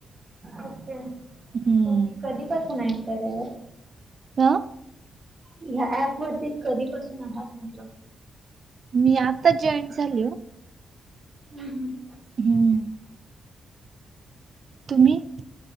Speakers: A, on the right; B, on the right.
A: ओके
B: हम्म
A: तुही कधी पासून ऐ क्यावर.
B: त,
A: ह्या ऍप वरती कधीपसून आहात म्हटल.
B: ''मी आता जॉईन झाली ओ.
A: हम हम.
B: हम्म, तुम्ही.